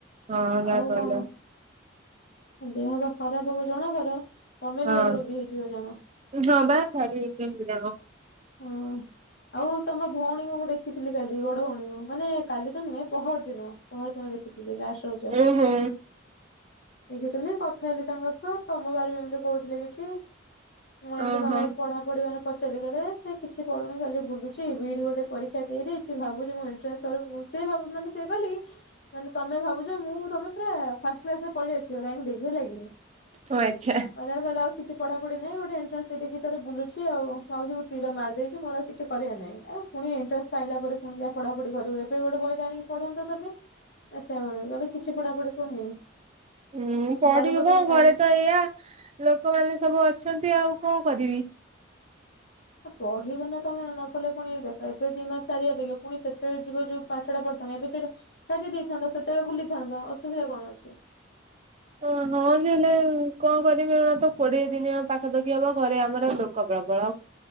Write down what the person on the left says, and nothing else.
ଆଉ
କଣ? ଦେହ ବା ଖରାପ ହବ ଜଣଙ୍କର ତମେ
ବି ଗୋଟେ ରୋଗୀ ହେଇଯିବ ଜାଣ?
ହଁ ଆଉ ତମ ଭଉଣୀଙ୍କୁ ମୁଁ ଦେଖିଥିଲି କାଲି ବଡ ଭଉଣୀଙ୍କୁ ମାନେ କାଲି ତ ନୁହେଁ ପହର ଦିନ ପହର ଦିନ ଦେଖିଥିଲି ଲାଷ୍ଟ <unintelligible>
ଦେଖି ଥିଲି କଥା ହେଲି ତାଙ୍କ ସହ ତମ ବାରିମେଣ୍ଟ କହୁଥିଲେ କିଛି। ମୁଁ ଏମିତି
ତମର ପଢା ପଢିବାରେ ପଚାରିଲି କହିଲେ ସେ କିଛି ପଢୁନି ଖାଲି ବୁଲୁ ଛି ବିଇଡି ଗୋଟେ ପରୀକ୍ଷା ଦେଇଦେଇଚି ଭାବୁଛି ମୁଁ ଏଣ୍ଟ୍ରାନ୍ସ କରାନ ସେ କାଲି ମାନେ ତମେ ଭାବଛ ମୁଁ ତମେ ପରା ଫାଷ୍ଟ କ୍ଲାସ ରେ ପଳେଇଆ ଆସି ରାଙ୍କ ଦେଇକି ହେଲା କି।
କହିଲେ କହିଲେ ଆଉ କିଛି ପଢା ପଢି ନାହିଁ ଗୋଟେ ଏଣ୍ଟ୍ର। ନ୍ସ ‌। ସେ ଟିକିଏ ତାର ବୁଲୁଚି ଆଉ ଭାଉଜ ମୁଁ ତୀର ମାରି ଦେଇଚି ମୋର ଆଉ। କିଛି କରିବା ନାଇଁ ଆଉ ପୁଣି ଏଣ୍ଟ୍ରାନ୍ସ ଆଇଲା ପରେ ପୁଣି ଯାହା ପଢାପଢି କରିବୁ ଏବେ ଗୋଟେ ବହି ଟେ ଆଣିକି ପଢନ୍ତ ତମେ। ଏ ସେଇଆ କରିବ କିଛି ପଢାପଢି କରୁନି।
ଘରେ ବସିକି
ଟାଇମ
ପଢିବ ନା ତମେ ନ ପଢିଲେ ପୁଣି ଦେଖ ଏବେ ଦି ମାସ ସାରିିବ ପୁଣି ସେତେବେଳେ ଯିବ ଯୋଉ। ପାଠପଢିଥାନ୍ତା ଏବେ ସେଇଟା ସାରି ଦେଇଥାନ୍ତ ସେତେବେଳେ ବୁଲିଥାନ୍ତ ଅସୁବିଧା କଣ ଅଛି।